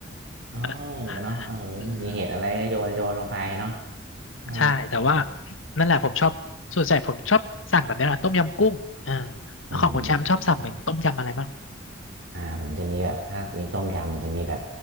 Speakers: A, on the right (about 75°); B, on the left (about 85°).
A: เออ
B: <laughs>
A: เนาะเออมีเห็ดอะไรก็โยนโยนลงไปเนาะ
B: อืม
A: เออ
B: ใช่แต่ว่านั่นแหละผมชอบส่วนใหญ่ผมชอบสั่งแบบนี้นะต้มยำกุ้งอ่าแล้วของคุณแชมป์ชอบสั่งเป็นต้มยำอะไรบ้าง
A: อืม อ่าผมจะมีแบบถ้ามีต้มยำมันจะมีแบบ